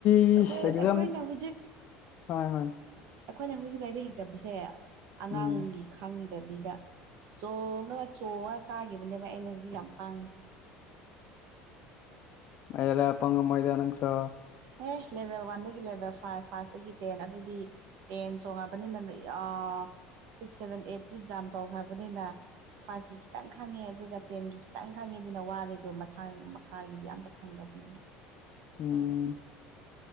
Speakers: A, on the left; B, on the right.
A: ꯑꯩ
B: ꯑꯩꯈꯣꯏ
A: ꯑꯦꯛꯖꯥꯝ
B: ꯑꯩꯈꯣꯏꯅ ꯍꯧꯖꯤꯛ
A: ꯍꯣꯏ ꯍꯣꯏ
B: ꯑꯩꯈꯣꯏꯅ ꯍꯧꯖꯤꯛ ꯂꯥꯏꯔꯤꯛ ꯍꯩꯇꯕꯁꯦ ꯑꯉꯥꯡꯒꯤ
A: ꯎꯝ
B: ꯈꯪꯗꯕꯤꯗ ꯆꯣꯡꯉꯒ ꯆꯣꯡꯉꯒ ꯀꯥꯈꯤꯕꯅꯦꯕ ꯑꯩꯅ ꯍꯧꯖꯤꯛ ꯌꯥꯝ ꯄꯥꯡꯉꯤꯁꯦ
A: ꯍꯦꯔꯥ ꯄꯪꯉꯝꯃꯣꯏꯗ ꯅꯪꯁꯨ
B: ꯑꯦ ꯂꯦꯚꯦꯜ ꯋꯥꯟꯗꯒꯤ ꯂꯦꯚꯦꯜ ꯐꯥꯏꯚ ꯐꯥꯏꯚꯇꯒꯤ ꯇꯦꯟ ꯑꯗꯨꯗꯤ ꯇꯦꯟ ꯆꯣꯡꯉꯕꯅꯤꯅ ꯑ <unintelligible> ꯁꯤꯛꯁ ꯁꯚꯦꯟ ꯑꯩꯠꯇꯤ ꯖꯥꯝ ꯇꯧꯈ꯭ꯔꯕꯅꯤꯅ ꯐꯥꯏꯚꯀꯤ ꯈꯤꯇꯪ ꯈꯪꯉꯦ ꯑꯗꯨꯒ ꯇꯦꯟꯒꯤ ꯈꯤꯇꯪ ꯈꯪꯉꯦ ꯑꯗꯨꯅ ꯋꯥꯔꯦꯗꯣ ꯃꯊꯥꯡ ꯃꯈꯥꯒꯤꯗꯤ ꯑꯝꯇ ꯈꯪꯗꯕꯅꯤ <unintelligible>
A: ꯎꯝ